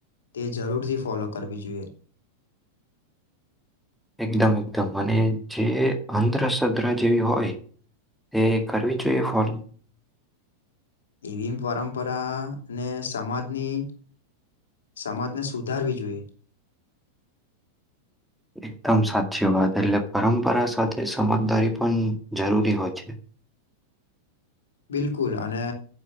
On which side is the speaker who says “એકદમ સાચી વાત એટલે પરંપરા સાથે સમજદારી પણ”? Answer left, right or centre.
Centre